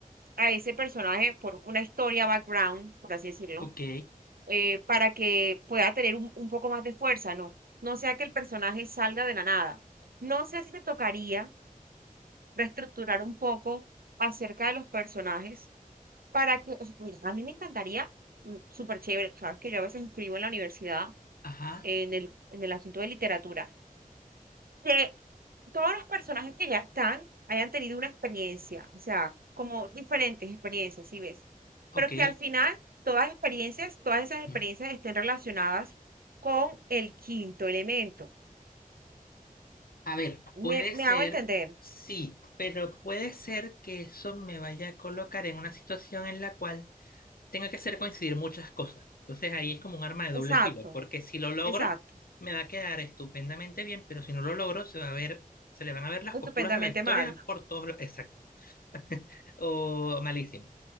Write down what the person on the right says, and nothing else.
a ese personaje por una historia background, por así decirlo,
eh, para que pueda tener un, un poco más de fuerza, ¿no? No sea que el personaje salga de la nada. No sé si te tocaría reestructurar un poco acerca de los personajes para que, o sea, mira, a mí me encantaría, mm, súper chévere, sabes que yo a veces escribo en la universidad
en el, en el asunto de literatura, que todos los personajes que ya están hayan tenido una experiencia, o sea, como diferentes experiencias, si ves,
pero que al final todas experiencias, todas esas experiencias
estén relacionadas con el quinto elemento.
Me,
me hago entender.
Exacto,
exacto.
Estupendamente
mal.